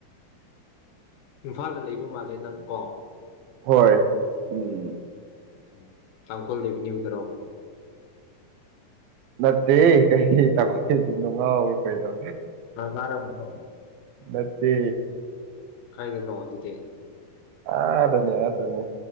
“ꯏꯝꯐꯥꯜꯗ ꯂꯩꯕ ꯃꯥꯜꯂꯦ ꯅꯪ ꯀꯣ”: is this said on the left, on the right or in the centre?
Left